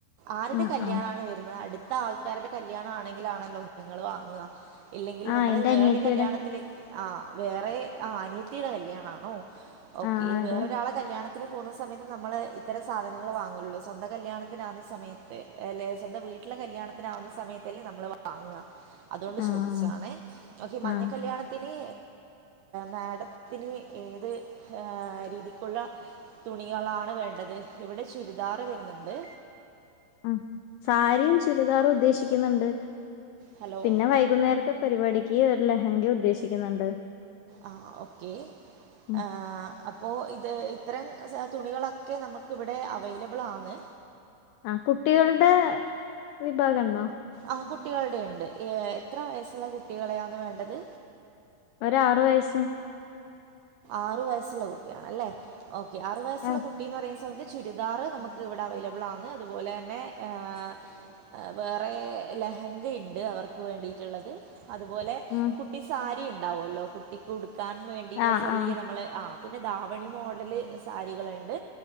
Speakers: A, on the right (about 80°); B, on the left (about 85°).
A: ആരുടെ
B: ആഹ്
A: കല്യാണാണ്
B: ആഹ്
A: വരുന്നത് അടു <unintelligible> ആൾക്കാരുടെ കല്യാണം ആണെങ്കിലാണല്ലോ നിങ്ങള് വാങ്ങുക ഇല്ലെങ്കില്
B: ആഹ്
A: നമ്മള്
B: എന്റെ
A: വേറൊരു
B: അനിയത്തിയുടെ
A: കല്യാണത്തിലേ ആ വേറെ ആ അനിയത്തിയുടെ കല്യാണം ആണോ ഓക്കെ
B: ആഹ് അതെ
A: വേറൊരാളെ കല്യാണ ത്തിന് പോകുന്ന സമയത്ത് നമ്മള് ഇത്തരം സാധനങ്ങൾ വാങ്ങുള്ളൂ സ്വന്തം കല്യാണത്തിനാവുന്ന സമയത്ത് അല്ലേ സ്വന്തം വീട്ടിലെ കല്യാണത്തിനാവുന്ന സമയത്തല്ലേ നമ്മള് വാങ്ങ്ക അതുകൊണ്ട്
B: ആഹ്
A: ചോദിച്ചാണെ ഓക്കെ മഞ്ഞ
B: ആഹ്
A: കല്യാണ നീ മാഡത്തിന് ഏത് ഹാ രീതിക്കുള്ള തുണികളാണ് വേണ്ടത് ഇവിടെ ചുരിദാറ് വരുന്നുണ്ട്
B: ഉം സാരിയും ചുരിദാറും ഉദ്ദേശിക്കുന്നുണ്ട്
A: ഹലോ
B: പിന്നെ വൈകുന്നേരത്തെ പരിപാടിക്ക് ഒരു ലഹങ്ക ഉദ്ദേശിക്കുന്നുണ്ട്
A: ആ ഓക്കെ
B: ഉം
A: ആ അപ്പോൾ ഇത് ഇത്തരം തുണികളൊക്കെ നമുക്ക് ഇവിടെ അവൈല ളാണ്
B: ആ കുട്ടികളുടെ വിഭാഗം ഉണ്ടോ
A: ആ കുട്ടികളുടെ ഉണ്ട് എത്ര വയസ്സുള്ള കു കളെയാണ് വേണ്ടത്
B: ഒര് ആറു വയസ്
A: ആറു വയസ്സുള്ള കുട്ടിയാണല്ലേ ഓക്കെ ആറ് വയസ്സുള്ള
B: ആഹ്
A: കുട്ടി എന്ന് പറയുന്ന സമയത്ത് ചുരി ചുരിദാറ് നമുക്ക് ഇവിടെ അവൈല അവൈലബിൾ അതുപോലെ തന്നെ ആ വേറെ ലഹങ്ക ഇണ്ട് അവർക്ക് വേണ്ടിയിട്ടുള്ളത് അതുപോലെ
B: ഉം
A: കുട്ടി സാരി ഇ ഉണ്ടാവുമല്ലോ കുട്ടിക്കു ഉടു കുടിക്കാൻ വേണ്ടിയുള്ള
B: ആഹ്
A: ചെറിയ
B: ആഹ്
A: നമ്മള് ആ പിന്നെ ദാവണി മോഡല് സാരികളുണ്ട്